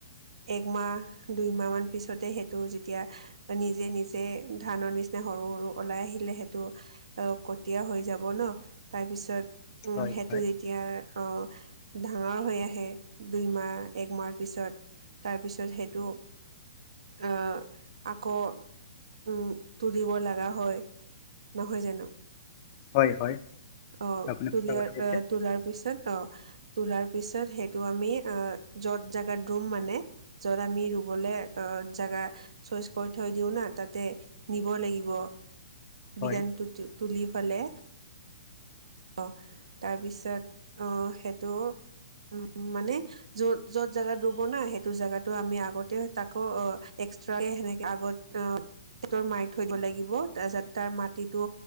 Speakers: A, on the right; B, on the left.
A: একমাহ দুই মাহ মান। পিছতে সেইটো যেতিয়া নিজে নিজে ধানৰ নিচিনা সৰু-সৰু ওলাই আহিলে সেইটো কটীয়া হৈ যাব ন', তাৰপিছত
B: হয়
A: সেইটো
B: হয়
A: যেতিয়া অ', ডাঙৰ হৈ আহে দুই মাহ, একমাহ পিছত, তাৰপিছত সেইটো আহ, আকৌ উম, তুলিব লগা হয়। নহয় জানো?
B: হয় হয়
A: অ',
B: আপুনি
A: তুলিয়াৰ
B: সঁচা কথা কৈছে
A: আহ, তোলাৰ পিছত আহ তোলাৰ তাৰপিছত সেইটো আমি য'ত জেগাত ৰুম মানে, য'ত আমি ৰুবলৈ আহ, জেগা চইচ কৰি থৈ দিওঁ না তাতে নিব লাগিব। <unintelligible>
B: হয়
A: তুলি ফালে। অ', তাৰপিছত অ', সেইটো উম, মানে যত-যত জাগা ৰুব না সেইটো জাগাতো আমি আগতে তাকো অ', এক্সট্ৰাকে সেনেকে আগত অ', সেইটো মাৰি থৈ দিব লাগিব তাৰ যাতে তাৰ মাটিটো